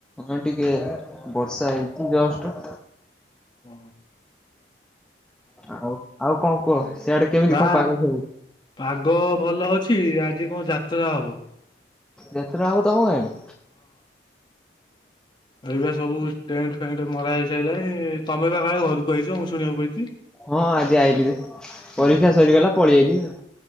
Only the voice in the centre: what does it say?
ହଁ ଟିକେ ବର୍ଷା ହେଇଛି ଜଷ୍ଟ।
ଆଉ ଆଉ କଁ କୁହ ସେଆଡେ କେମିତି
କଣ ପାଗ ସବୁ।
ଯେତ୍ ଟା ହବ ତମ ଗାଁଡେ।
ହଁ ଆଜି ଆଇଲି ରେ
ପରୀକ୍ଷା ସରିଗଲା ପଳେଇଆଇଲି ଆଉ।